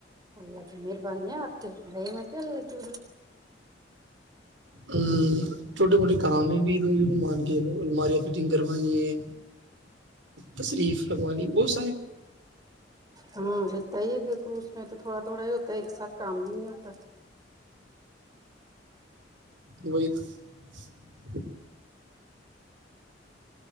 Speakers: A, on the right (about 20°); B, on the right (about 80°).
A: اللہ چ م <unintelligible> بنیاں آپ رہے مٹے ال ل کی
B: ہ چھوٹے موٹے کام ہے بھی ل مان کے ل الماریاں فٹنگ کروانی ہے تشریف فگوانی بت
A: ہاں رہتا ہی دیکھو اس میں تو تھوڑا تھوڑا ہی ہوتا ہے ایک ساتھ کام بھی نہیں ہوتا
B: وہت <unintelligible> ہاں <unintelligible>